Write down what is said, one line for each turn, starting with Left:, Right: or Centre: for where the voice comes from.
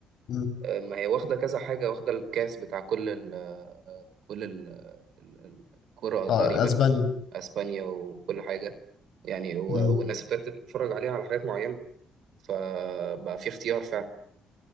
Left: مم.
Right: آه، ما هي واخده كذا حاجه واخده الكاس بتاع كل ال آه، كل ال ال- ال- الكره
Left: اه
Right: تقريبا
Left: اسبانيا
Right: اسبانيا وكل حاجه يعني و-
Left: مم.
Right: والناس ابتدت تتفرج عليها على حاجات معينه فبقى في اختيار فعلا